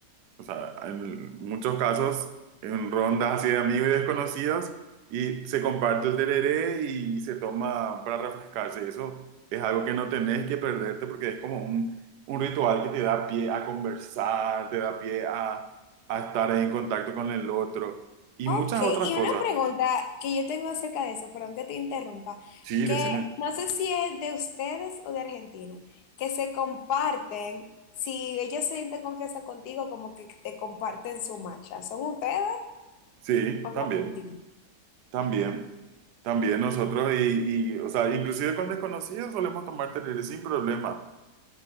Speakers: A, on the right; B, on the left.
A: O sea, en muchos casos, en rondas así de amigos y desconocidos, y se comparte el tereré y se toma para refrescarse. Eso es algo que no tenés que perderte porque es como un, un ritual que te da pie a conversar, te da pie a, a estar en contacto con el otro y
B: Ok,
A: muchas otras
B: y
A: cosas.
B: una pregunta que yo tengo acerca de eso, perdón que te interrumpa,
A: Sí,
B: que
A: decime.
B: no sé si es de ustedes o de Argentina, que se comparten, si ellos se sienten confianza contigo, como que te comparten su macha, ¿son ustedes
A: Sí,
B: o los
A: también,
B: argentinos?
A: también. También nosotros y, y, o sea, inclusive con desconocidos solemos tomar tereré sin problema.